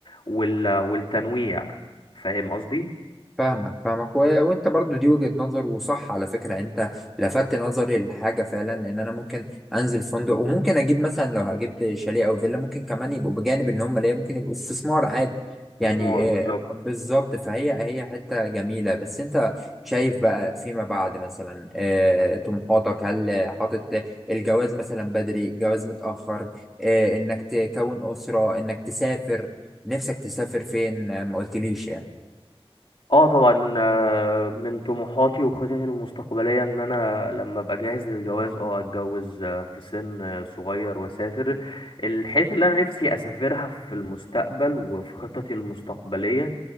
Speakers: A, on the left; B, in the centre.
A: وال... والتنويع فاهم قصدي؟
B: فاهمك فاهمك و... وانت برضو دي وجهة نظر وصح على فكرة يعني انت لفتت نظري لحاجة فعلا لان انا ممكن انزل فندق وممكن اجيب مثلا لو جبت شاليه او فيلا ممكن كمان يبقوا بجانب ان هم ليا ممكن يبقوا استثمار عادي
A: استثمار
B: يعني
A: بالظبط
B: آه، بالظبط فهي هي حتة جميلة بس انت شايف بقى فيما بعد مثلا آه، طموحاتك هل حاطط الجواز مثلا بدري جواز متأخر آه، انك تكون أسرة انك تسافر نفسك تسافر فين آه، ما قلتليش يعني
A: اه طبعا آه، من طموحاتي وخططي المستقبليه ان انا لما ابقى جاهز للجواز اه اتجوز آه، في سن آه، صغير واسافر الحته اللي انا نفسي اسافرها في المستقبل وفي خططي المستقبليه